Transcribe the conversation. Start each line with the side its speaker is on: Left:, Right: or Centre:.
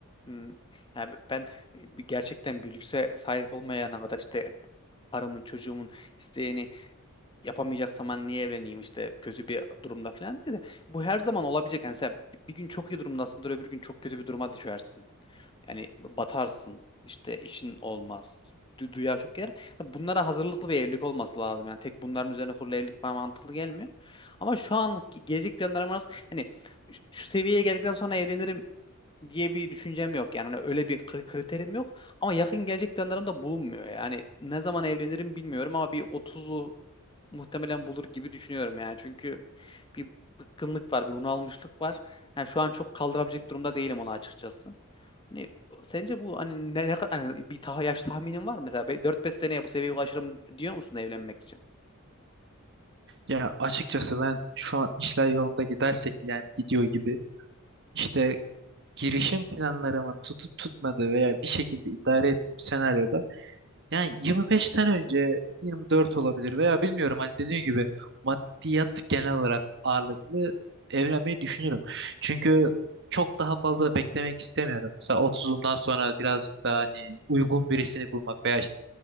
Left: hmm, yani b- ben bir- gerçekten bir lükse sahip olmayana kadar işte karımın çocuğumun isteğini yapamayacaksam ben niye evleneyim işte kötü bir durumda falan diye de bu her zaman olabilecek. Yani mesela bir gün çok iyi durumdasındır öbür gün çok kötü bir duruma düşersin. Yani batarsın işte işin olmaz. Du dünya çok yer. Bunlara hazırlıklı bir evlilik olması lazım. Yani tek bunların üzerine kurulu evlilik bana mantıklı gelmiyor. Ama şu anlık ge- gelecek planlarım arasında hani ş- şu seviyeye geldikten sonra evlenirim diye bir düşüncem yok. Yani hani öyle bir kri- kriterim yok. Ama yakın gelecek planlarım da bulunmuyor. Yani ne zaman evlenirim bilmiyorum ama bir 30'lu muhtemelen bulur gibi düşünüyorum yani. Çünkü bir bıkkınlık var, bir bunalmışlık var. Yani şu an çok kaldırabilecek durumda değilim onu açıkçası. Hani sence bu hani ne, ne kadar hani bir ta yaş tahminin var mı? mesela be- 4-5 seneye bu seviyeye ulaşırım diyor musun evlenmek için?
Right: Ya açıkçası ben şu an işler yolunda gidersek yani gidiyor gibi. İşte girişim planlarımın tutup tutmadığı veya bir şekilde idare ettiğim senaryoda yani yirmi beşten önce 24 olabilir veya bilmiyorum hani dediğim gibi maddiyat genel olarak ağırlıklı evlenmeyi düşünürüm. Çünkü çok daha fazla beklemek istemiyorum. Mesela otuzumdan sonra birazcık daha hani uygun birisini bulmak veya işte